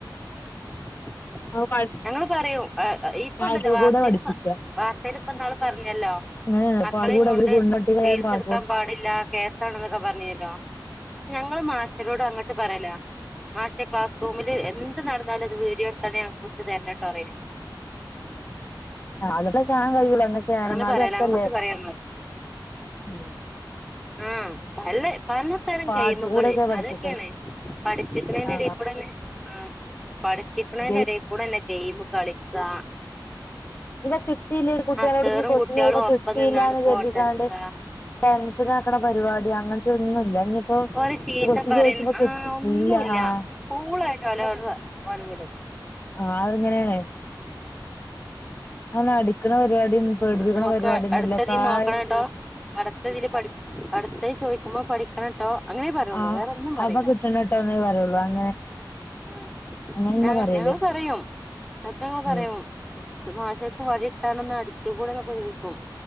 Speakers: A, in the centre; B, on the left.
A: <inaudible>
B: <unintelligible>
A: ഞങ്ങള് പറയൂ ഇപ്പൊ
B: പാടത്ത്
A: ഉണ്ടല്ലോ വാർത്തെല്
B: കൂടെ പഠിപ്പിക്കുക
A: പ വാർത്തെല്ലോ ഇപ്പ ഇന്നാള് പറഞ്ഞല്ലോ
B: അങ്ങനെയാണ്
A: മക്കളെയും
B: പാൽകൂട
A: കൊണ്ട്
B: പെൺകുട്ടികളായാലും
A: റിൽസ്
B: പാൽകൂട
A: എടുക്കാൻ പാടില്ല കേസാണെന്നൊക്കെ പറഞ്ഞില്ലോ ഞങ്ങള് മാഷരോട് അങ്ങട്ട് പറയലാ മാഷെ ക്ലാസ് റൂമില് എന്ത് നടന്നാലും അത് വീഡിയോ എടുത്തണ്ട് ഞ വിട്ട് തരനോട്ടോ പറയിനു
B: ആ അതൊക്കെ കാണാൻ കഴിയുള്ളൂ എന്നൊക്കെ എന്നാലും
A: അങ്ങനെ പറയല
B: രസല്ലേ
A: അങ്ങോട്ട് പറയാ
B: ആഹ്
A: ആഹാ പല്ല പല തരം
B: പാട്ട്
A: ഗെയിമുകള്
B: കൂടെയൊക്കെ പഠിപ്പിക്കല്
A: അതൊക്കെയാണ് പഠിപ്പിക്കണൻ്റെ
B: ആഹ്
A: ഇടയി ടയി ആ പഠിപ്പിക്കിണീന്റെ
B: ഗെ
A: എടാ കൂടെ തന്നെ ആ പഠിപ്പിക്കണന്റെ ഇടയി കൂടെന്നെ ഗെയിം കളിക്കാ
B: ഇതാ കിട്ടിയില്ലെന്ന് കുട്ടികളോട്
A: സേറും
B: ഇഞ്ഞ് കൊസ്റ്റ്യൻ
A: കുട്ട്യാളും
B: ചോയിക്കുമ്പോ
A: ഒപ്പം
B: കിട്ടിയില്ലാന്ന്
A: നിന്നാണ്ട് ഫോട്ടട്ക്ക
B: കരുതിക്കാണ്ട് ടെൻഷൻ ആക്കണ പരിപാടി അങ്ങനത്തെ ഒന്നുല്ല ഇനിപ്പോ
A: ഓലെ ചീത്ത
B: ക്വസ്റ്റ്യൻ
A: പറയ
B: ചോദിച്ച
A: ആഹ്
B: കിട്ടി
A: ഒന്നുല്ല
B: ഇല്ല ആഹ്
A: കൂളായിട്ട് ഒലെ <unintelligible>
B: ആ അതങ്ങനെയാണ് അന്ന് അടിക്കണ പരിപാടിയും പേടിപ്പിക്കണ
A: ഞമ്മക്ക്
B: പരിപാടിയൊന്നുല്ല
A: അടുത്തതീ
B: കാര്യ
A: നോക്കണട്ടോ അടുത്തതില് പഠി അടുത്തത് ചോയിക്കുമ്പോ പഠിക്കണം ട്ടോ അങ്ങനെ പറയുള്ളൂ
B: ആഹ്
A: വേറെന്നും പറയില്ല
B: അവ കിട്ടണട്ടോന്നേ പറയുള്ളൂ അങ്ങനെ
A: ആ
B: അങ്ങനെന്നെ
A: ഞ
B: പറയല്
A: ഞങ്ങള് പറയും അപ്പം ഞങ്ങള് പറയും
B: ഉം
A: മാഷക്കക്ക് വടി ഒന്ന് അടി <unintelligible> കൂടെന്നൊക്കെ ചോദിക്കും